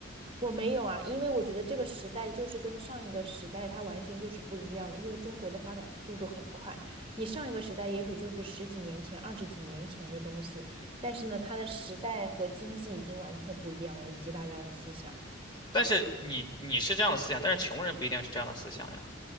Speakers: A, on the right; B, on the left.
A: 我没有啊，因为我觉得这个时代就是跟上一个时代它完全就是不一样了，因为中国的发展速度很快。你上一个时代也许就是十几年前、二十几年前的东西，但是呢，它的时代和经济已经完全不一样了，以及大家的思想。
B: 但是你你是这样的思想，但是穷人不一定是这样的思想呀。